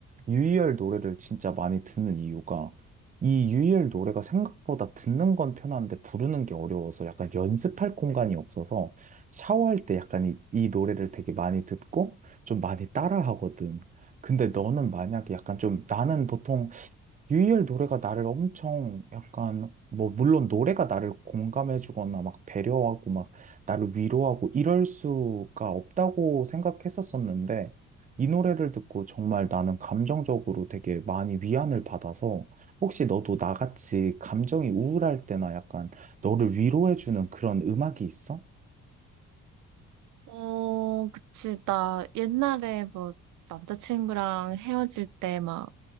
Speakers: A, on the right; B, on the right.
A: 유희열 노래를 진짜 많이 듣는 이유가 이 유희열 노래가 생각보다 듣는 건 편한데 부르는 게 어려워서 약간 연습할 공간이 없어서 샤워할 때 약간 이, 이 노래를 되게 많이 듣고 좀 많이 따라 하거든. 근데 너는 만약에 약간 좀 나는 보통 유희열 노래가 나를 엄청 약간, 뭐, 물론 노래가 나를 공감해주거나 막 배려하고 막 나를 위로하고 이럴 수가 없다고 생각했었었는데, 이 노래를 듣고 정말 나는 감정적으로 되게 많이 위안을 받아서, 혹시 너도 나같이 감정이 우울할 때나 약간 너를 위로해주는 그런 음악이 있어?
B: 어, 그치. 나 옛날에 뭐 남자친구랑 헤어질 때 막